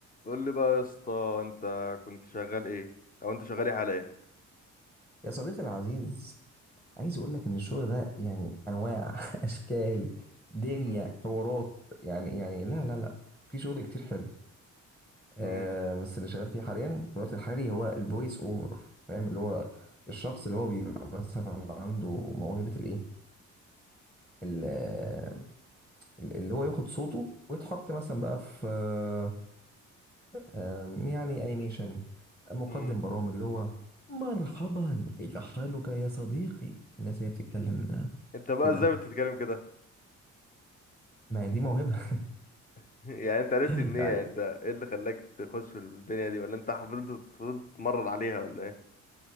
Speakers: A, on the left; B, in the centre.
A: قول لي بقى يا اسطى انت كنت شغال ايه او انت شغال ايه حاليا
B: يا صديقي العزيز عايز اقول لك ان الشغل ده يعني انواع <laughs> اشكال دنيا
A: <laughs>
B: حوارات يعني يعني لا لا لا في شغل كتير حلو آه
A: امم
B: بس اللي شغال فيه حاليا في الوقت الحالي هو الفويس اوفر فاهم اللي هو الشخص اللي هو بيبقى مثلا عنده موهبة الايه ال- آه، اللي هو ياخد صوته ويتحط مثلا بقى في آه، آه، يعني انيميشن مقدم
A: امم
B: برامج اللي هو مرحبا كيف حالك يا صديقي الناس هي بتتكلم آه،
A: انت بقى
B: كده
A: ازاي بتتكلم كده
B: ما هي دي موهبة
A: <laughs> يعني انت عرفت
B: <laughs>
A: منين
B: يعني
A: يعني انت ايه اللي خلاك تخش في الدنيا دي ولا انت فضلت فضلت تتمرن عليها ولا ايه